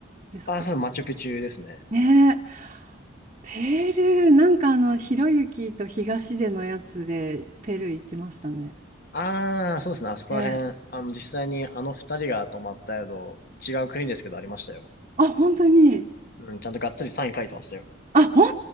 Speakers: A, on the right; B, on the left.
A: ですか。
B: あ、そう、マチュピチュですね。
A: ねえ。ペルー、なんかあの、ひろゆきと東出のやつでペルー行ってましたね。
B: ああ、そうですね。あそこら辺、
A: ねえ
B: あの、実際にあの二人が泊まった宿、違う国ですけどありましたよ。
A: あ、本当に。
B: うん、ちゃんとがっつりサイン書いてましたよ。
A: あ、本